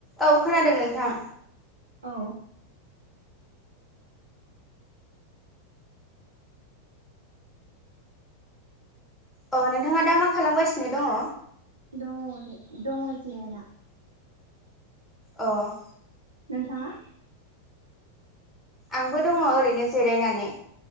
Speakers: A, in the centre; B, on the right.
A: औ खोनादों नोंथां।
B: औ।
A: अ नोंथाङा दा मा खालामगासिनो दङ?
B: दंङ ओरै दंङ जिरना।
A: अ'
B: नोंथाङा?
A: आंबो दङ ओरैनो जिरायनानै।